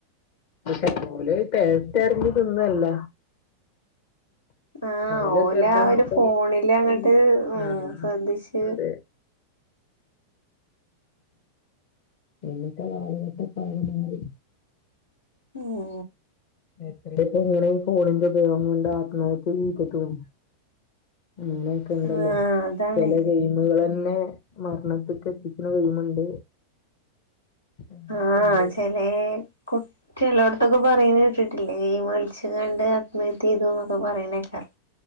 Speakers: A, on the left; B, on the left.
A: പക്ഷെ ഓല് ടേസ്റ്ററിഞ്ഞ് തിന്നല്ല
B: ആഹ്
A: ഓലെ
B: ഓലാ
A: ശ്രദ്ധ മൊത്തം
B: ഒരു ഫോണില് അങ്ങട്ട്
A: ഈ
B: ഉ
A: ആഹ്
B: ശ്രദ്ധിച്
A: അതെ ഇന്നത്തെ കാലഘട്ടക്കെ ആകെ മാറി
B: ഉം
A: എത്രപ്പോ ഇങ്ങനെ ഈ ഫോണിന്റെ ഉപയോഗം കൊണ്ട് ആത്മഹത്യ ചെയ്തിട്ടും പിന്നെ ഉണ്ടല്ലോ
B: ആഹ് അതാണ്
A: ചില ഗെയിമുകള ന്നെ മരണത്തികെത്തിക്കണ ഗെയിമുണ്ട് അങ്ങനെയൊക്കെ
B: ആഹ്
A: ഉണ്ട്
B: ചെല കു ചിലോടത്തൊക്കെ പറയുന്ന കേട്ടിട്ടില്ലേ ഗെയിം കളിച്- കളിച്ചഘാണ്ട് ആത്മഹത്യ ചെയ്തു എന്നൊക്കെ പറയുന്നേക്കാലൊ